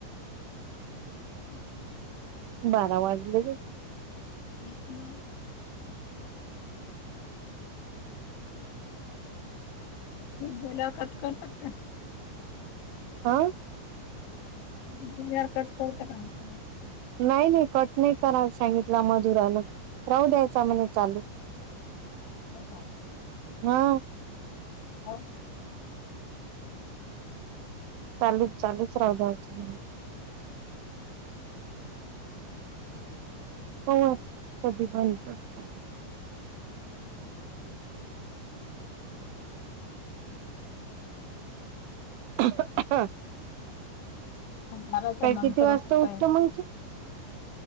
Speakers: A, on the left; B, on the right.
A: हम्.
B: बारा वाजलेले.
A: लक्ष्मण बला कट कर पटकन.
B: आ
A: मी दिल्यावर कट करता का म असं.
B: नाही नाही कट नाही करायला सांगितलं मधुरान राहू द्यायचा म्हणे चालू.
A: हो का.
B: हा.
A: बोल.
B: चालूच चालूच राहू द्या असं म्हटलं. हो कधी पण कट झाले
A: हम्.
B: ह <unintelligible>
A: बाराच्या नंतर
B: किती वाजता
A: असं
B: उठतो
A: काय
B: मग तू